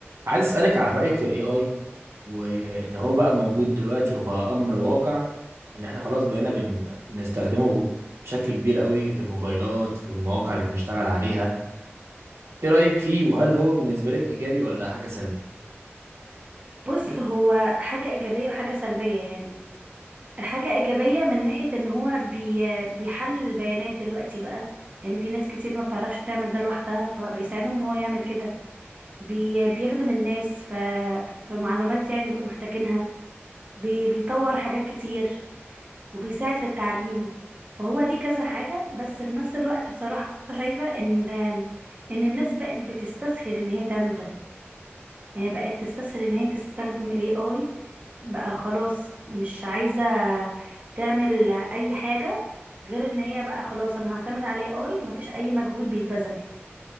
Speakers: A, on the right; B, on the right.
A: عايز اسالك عن رايك في الاي اي وان هو بقى موجود دلوقتي وبقى امر واقع ان احنا خلاص بقينا بن... بنستخدمه بشكل كبير قوي في الموبايلات في المواقع اللي بنشتغل عليها ايه رايك فيه وهل هو بالنسبه لك ايجابي ولا حاجه سلبي
B: بص هو حاجة إيجابية وحاجة سلبية يعني حاجة إيجابية من ناحية إن هو بي بيحلل البيانات دلوقتي بقى يعني في ناس كتير ما بتعرفش تعمل ده لوحدها فبقى بيساعدهم إن هو يعمل كده بي بيخدم الناس ف في معلومات يعني بيبقوا محتاجينها بي بيطور حاجات كتير وبيساعد في التعليم فهو ليه كذا حاجة بس في نفس الوقت بصراحة شايفة إن إن الناس بقت بتستسهل إن هي تعمل ده يعني بقت تستسهل ان هي تستخدم ال AI بقى خلاص مش عايزة تعمل اي حاجة غير ان هي بقى خلاص انا هعتمد على ال AI مفيش اي مجهود بيتبذل